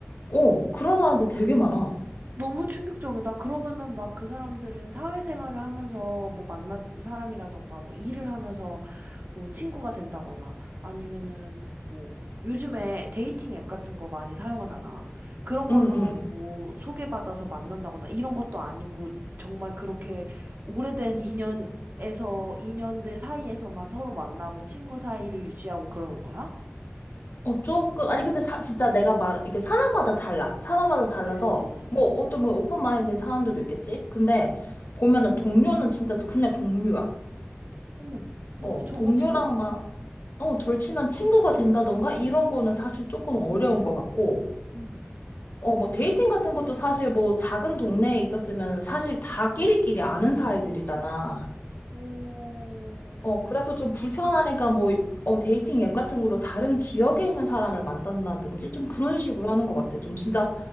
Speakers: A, on the left (about 60°); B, on the right (about 55°).
A: 어, 그런 사람들 되게 많아.
B: 너무 충격적이다. 그러면은 막 그 사람들은 사회생활을 하면서 뭐 만난 사람이라던가 뭐 일을 하면서 뭐 친구가 된다거나 아니면은 뭐 요즘에 데이팅 앱 같은 거 많이 사용하잖아. 그런 걸로
A: 응, 응.
B: 뭐 소개받아서 만난다거나 이런 것도 아니고 정말 그렇게 오래된 <laughs> 인연에서 인연들 사이에서만 서로 만나고 친구 사이를 유지하고 그러는 거야?
A: 어, 조금, 아니, 근데 사, 진짜 내가 말, 이게 사람마다 달라. 사람마다 달라서,
B: 그치, 그치.
A: 뭐, 어쩌면 오픈 마인드인 사람들도 있겠지? 근데, 보면은 동료는 진짜 그냥 동료야.
B: 어머, 너무
A: 어,
B: 정없어.
A: 동료랑 막, 어, 절친한 친구가 된다던가? 이런 거는 사실 조금 어려운 것 같고,
B: 응.
A: 어, 뭐, 데이팅 같은 것도 사실 뭐, 작은 동네에 있었으면 사실 다 끼리끼리 아는 사이들이잖아.
B: 어,
A: 어, 그래서 좀 불편하니까 뭐, 어, 데이팅 앱 같은 거로 다른 지역에 있는 사람을 만난다든지 좀 그런 식으로 하는 것 같아. 좀 진짜,